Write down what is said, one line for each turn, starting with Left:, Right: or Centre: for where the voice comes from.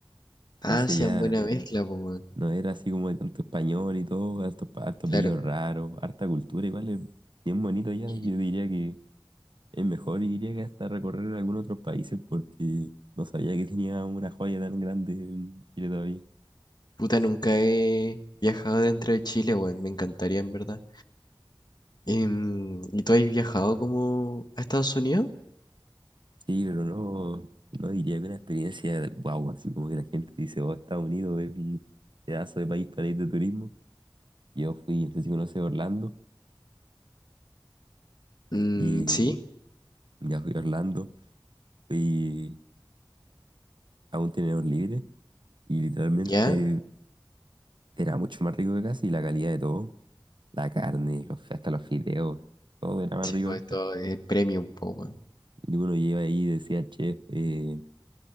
Right: Entonces
Left: Ah, sean
Right: ya
Left: buena mezcla, pues, weón,
Right: no era así como de tanto español y todo, harto, harto apellido
Left: claro.
Right: raro, harta cultura, igual es bien bonito ya,
Left: Y,
Right: yo diría que Es mejor iría que hasta recorrer algún otro país porque no sabía que tenía una joya tan grande en Chile todavía.
Left: Puta, nunca he viajado dentro de Chile, weón. Me encantaría, en verdad. Em, ¿y tú has viajado como a Estados Unidos?
Right: Sí, pero no, no diría que una experiencia wow, así como que la gente dice, oh, Estados Unidos es un pedazo de país para ir de turismo. Yo fui, no sé si conoces Orlando,
Left: Mm,
Right: y
Left: sí,
Right: ya fui a Orlando, fui a un tenedor libre y literalmente
Left: ya.
Right: era mucho más rico que acá, y la calidad de todo, la carne, los, hasta los fideos, todo era más
Left: Sí,
Right: rico
Left: pues
Right: acá.
Left: esto es premium, po, weón.
Right: Y uno lleva ahí y decía, chef, eh,